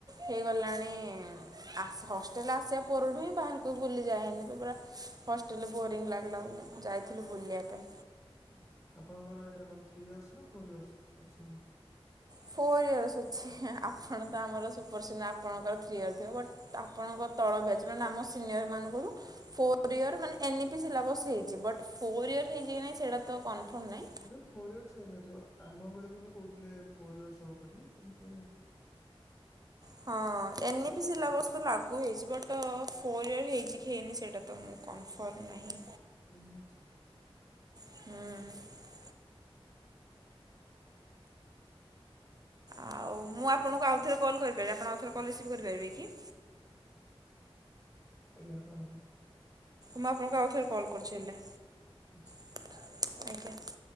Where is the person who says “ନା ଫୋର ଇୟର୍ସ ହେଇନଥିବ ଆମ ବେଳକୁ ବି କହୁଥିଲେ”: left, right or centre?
Left